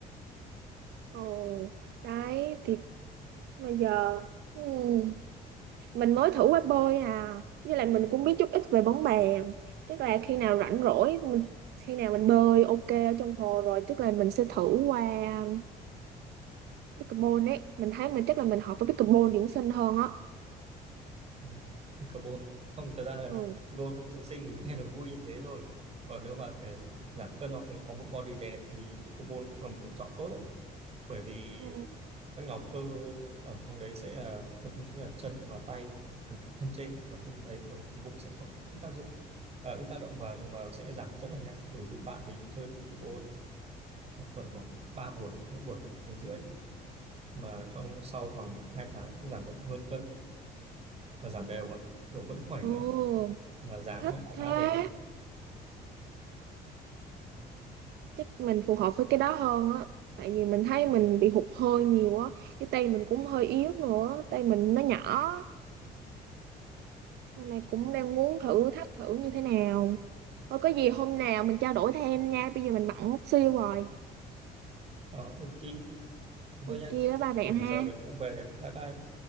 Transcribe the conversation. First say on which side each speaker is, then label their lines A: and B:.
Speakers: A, on the right; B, on the right.
A: Ồ, đấy thì bây giờ ừm, mình mới thử qua bơi à. Với lại mình cũng biết chút ít về bóng bàn. Tức là khi nào rảnh rỗi mình khi nào mình bơi ok ở trong hồ rồi tức là mình sẽ thử qua pickleball ấy mình thấy mình chắc là mình hợp với pickleball dưỡng sinh hơn á
B: Ừ, cái carbon không thật ra là
A: ừ
B: carbon không dưỡng sinh mình hay là vui như thế thôi còn nếu mà để giảm cân hoặc là có một body đẹp thì cái carbon cũng là một lựa chọn tốt đấy bởi vì
A: ừ
B: các nhóm cơ ở trong đấy sẽ là tập trung chính là chân và tay phần thân trên và thân ấy còn cái phần bụng sẽ không ít tác dụng à, ít tác động vào nhưng mà sẽ giảm rất là nhanh bởi vì như bạn mình chơi big carbon một tuần khoảng ba buổi mỗi buổi khoảng tiếng rưỡi mà trong sau khoảng 2 tháng cũng giảm được hơn cân mà giảm đều mà kiểu vẫn khỏe
A: ừ
B: ấy mà dáng
A: thích
B: lại
A: thế
B: khá đẹp
A: chắc mình phù hợp với cái đó hơn á tại vì mình thấy
B: Ừ.
A: mình bị hụt hơi nhiều á cái tay mình cũng hơi yếu nữa tay mình nó nhỏ hôm nay cũng đang muốn thử thách thử như thế nào thôi có gì hôm nào mình trao đổi thêm nha bây giờ mình bận xíu rồi
B: Ờ, ok. Thế
A: ok
B: thôi nha.
A: bye bye bạn
B: Bởi vì
A: ha
B: giờ mình cũng về. Bye bye.